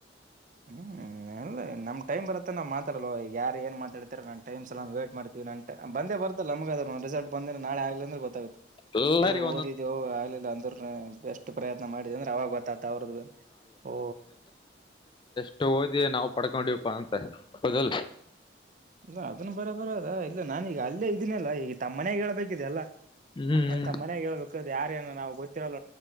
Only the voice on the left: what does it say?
ಎಲ್ಲರಿಗ
ಒಂದೊಂದ್
ಇಷ್ಟ ಓದಿ ನಾವು ಪಡ್ಕೊಂಡಪ್ಪ ಅಂತ ಹೌದಲ್ಲ
ಹ್ಮ್ ಹ್ಮ್